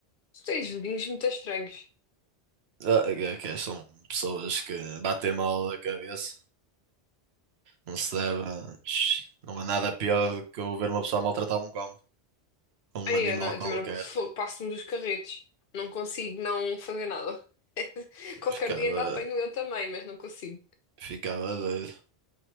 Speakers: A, on the left (about 60°); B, on the right (about 70°).
A: Tu tens vizinhos muito estranhos.
B: Ah, que, que são pessoas que batem mal da cabeça. Não se deve. Não há nada pior do que eu ver uma pessoa maltratar um cão, um
A: Aí,
B: animal
A: eu, não, eu
B: qualquer.
A: também não fo- passo-me dos carretos. Não consigo não fazer nada. <laughs> Qualquer
B: Ficava,
A: dia ainda apanho eu também, mas não consigo.
B: ficava doido.